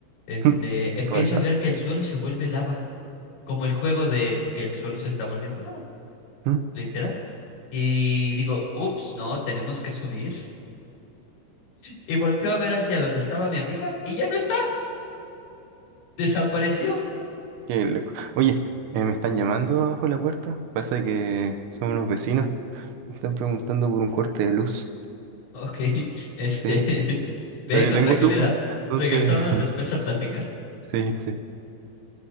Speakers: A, on the left; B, on the right.
A: Este,
B: <laughs>
A: empiezo
B: Joder, no.
A: a ver que el suelo se vuelve lava, como el juego de que el suelo se está volviendo lava,
B: Mm.
A: literal. Y digo, ups, no, tenemos que subir. Y volteo a ver hacia donde estaba mi amiga y ya no está, desapareció.
B: Qué loco. Oye, eh, me están llamando abajo de la puerta. Pasa que son unos vecinos. Me están preguntando por un corte de luz.
A: Ok, <laughs> este,
B: Sí,
A: <laughs> ve
B: pero yo
A: con
B: tengo
A: tranquilidad.
B: luz, entonces...
A: Regresamos
B: <laughs>
A: después a platicar.
B: Sí, sí.